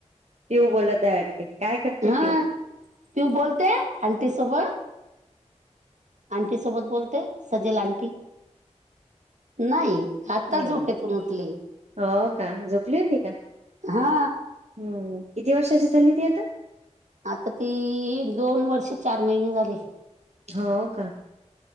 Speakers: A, on the right; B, on the right.
A: पिऊ बोलत आहे वाटते काय करते
B: हा,
A: पिऊ
B: तू बोलते आंटीसोबत? आंटी सोबत बोलते? सेजल आंटी, नाही? आता
A: हम्म.
B: झोपेतून उठली
A: हो का, झोपली होती का?
B: हा
A: हम्म, किती वर्षाची झाली ती आता?
B: आता ती दोन वर्षे चार महिने झाले
A: हो का?